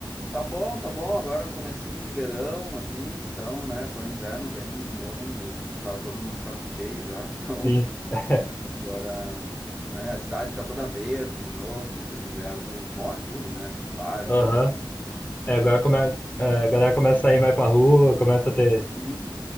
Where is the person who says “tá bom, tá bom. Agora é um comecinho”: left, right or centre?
Centre